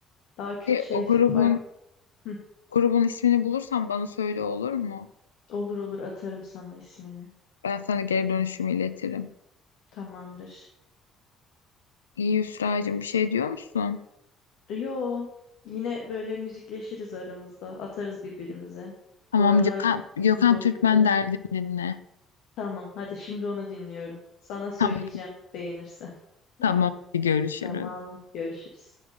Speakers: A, on the left; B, on the left.
A: Daha kö-
B: Şey,
A: şey
B: o grubun
A: bak Hı,
B: Grubun ismini bulursan bana söyle olur mu?
A: olur olur atarım sana ismini.
B: Ben sana geri dönüşümü iletirim.
A: Tamamdır.
B: İyi Hüsra'cığım bir şey diyor musun?
A: Yo yine böyle müzikleşiriz aramızda. Atarız birbirimize.
B: Tamam
A: Bu aralar
B: Gökhan, Gökhan
A: çünkü bir boşluktayım.
B: Türkmen derdini dinle.
A: Tamam hadi şimdi onu dinliyorum. Sana söyleyeceğim
B: Tamam,
A: beğenirsen. <laughs>
B: tamam. Görüşürüz.
A: Tamam görüşürüz.